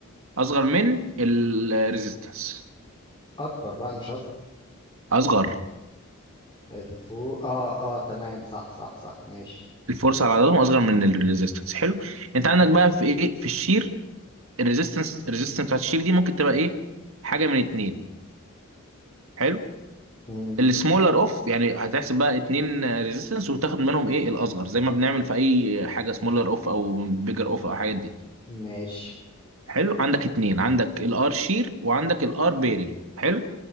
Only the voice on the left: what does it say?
اكبر بقى مش هظهر
الفوق اه اه تمام صح صح صح ماشي
مم.
ماشي